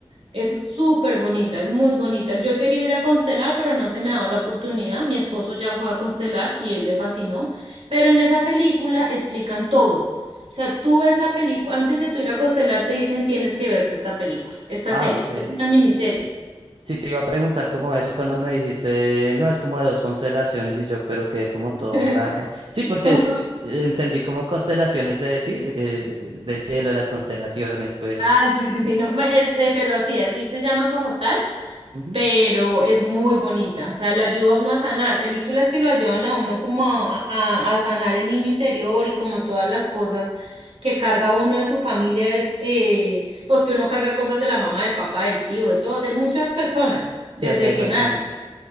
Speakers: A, on the right; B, on the right.
A: Es súper bonita, es muy bonita. Yo quería ir a constelar, pero no se me ha dado la oportunidad. Mi esposo ya fue a constelar y él le fascinó. Pero en esa película explican todo. O sea, tú ves la película, antes de tú ir a constelar te dicen tienes que verte esta película, esta
B: Ah,
A: serie.
B: ok.
A: Es una miniserie.
B: Sí, te iba a preguntar como eso cuando me dijiste, no, es como de dos constelaciones y yo, pero quedé como todo
A: <laughs>
B: raro. <laughs> Sí, porque
A: Como-
B: eh, entendí como constelaciones de, sí, eh, eh, del cielo, las constelaciones, pues.
A: Ah, sí, sí, sí, no, me- es- eh, pero así, así se llama como tal.
B: Ujú.
A: pero es muy bonita, o sea, lo ayuda a uno a sanar, películas que lo ayudan a uno como a, a- a sanar el niño interior y como todas las cosas que carga uno de su familia, eh, porque uno carga cosas de la mamá, del papá, del tío, de todo, de muchas personas,
B: Sí,
A: desde
B: así hay
A: que
B: bastantes.
A: nace.